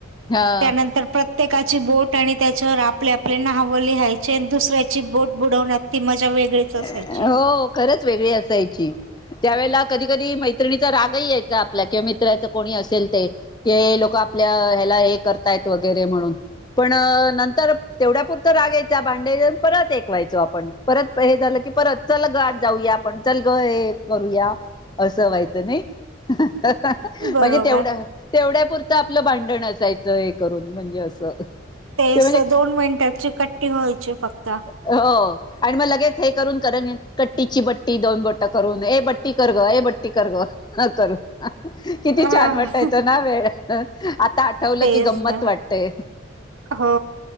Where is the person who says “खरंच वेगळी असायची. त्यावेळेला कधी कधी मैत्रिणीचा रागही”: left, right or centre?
Left